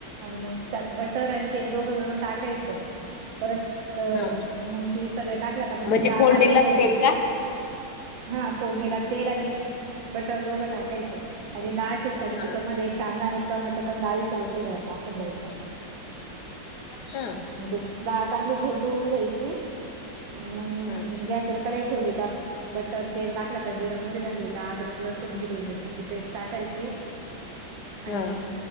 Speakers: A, on the right; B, on the left.
A: आणि मग त्यात बटर आणि तेल दोघं मिळून टाकायचं परत तर
B: हा
A: मग ती सगळे टाकलं का मग
B: म्हणजे
A: ती डाळ
B: फोडणीलाच
A: टाकून द्यायची
B: तेल का?
A: हा फोडणीला तेल आणि बटर दोघं टाकायचं आणि डाळ आणि
B: हा
A: कुकर मध्ये एक कांदा आणि एक टोमॅटो पण डाळी सोबत शिजायला टाकून द्यायचा.
B: हा.
A: म्हण तेे डाळ चांगली घोटवून घ्यायची. आणि मग
B: हा
A: गॅसवर कढाई ठेवली का बटर तेल टाकलं का जिर मोरी घातली का अदरक लसूण हिरवी मिरचीची पेस्ट टाकायची.
B: हा
A: आणि